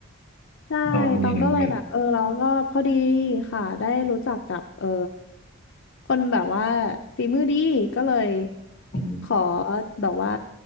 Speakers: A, on the left; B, on the left.
A: ใช่ตองก็เลยแบบเออเราก็พอดี
B: <laughs> ต้องดูนนี่นั่นเยอะ
A: ค่ะได้รู้จักกับเออคนแบบว่าฝีมือดีก็เลย
B: อืม
A: ขอแบบว่า